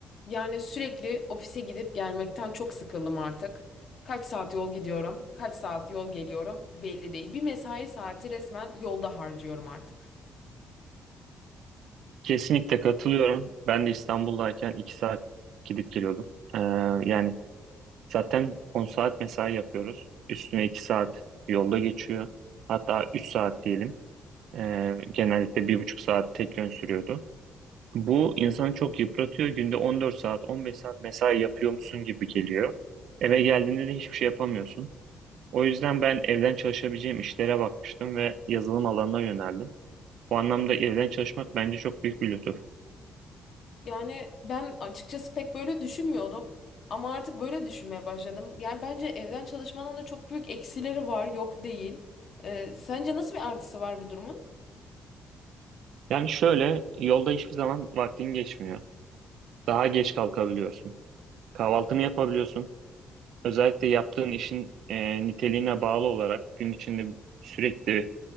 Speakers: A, on the left; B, on the right.
A: Yani sürekli ofise gidip gelmekten çok sıkıldım artık. Kaç saat yol gidiyorum, kaç saat yol geliyorum belli değil. Bir mesai saati resmen yolda harcıyorum artık.
B: Kesinlikle katılıyorum. Ben de İstanbul'dayken 2 saat gidip geliyordum. Ee, yani zaten 10 saat mesai yapıyoruz. Üstüne 2 saat yolda geçiyor. Hatta 3 saat diyelim. Ee, genellikle bir buçuk saat tek yön sürüyordu. Bu insanı çok yıpratıyor. Günde 14 saat, 15 saat mesai yapıyormuşsun gibi geliyor. Eve geldiğinde de hiçbir şey yapamıyorsun. O yüzden ben evden çalışabileceğim işlere bakmıştım ve yazılım alanına yöneldim. Bu anlamda evden çalışmak bence çok büyük bir lütuf.
A: Yani ben açıkçası pek böyle düşünmüyordum ama artık böyle düşünmeye başladım. Yani bence evden çalışmanın da çok büyük eksileri var, yok değil. Ee, sence nasıl bir artısı var bu durumun?
B: Yani şöyle yolda hiçbir zaman vaktin geçmiyor. Daha geç kalkabiliyorsun. Kahvaltını yapabiliyorsun. Özellikle yaptığın işin e, niteliğine bağlı olarak gün içinde sürekli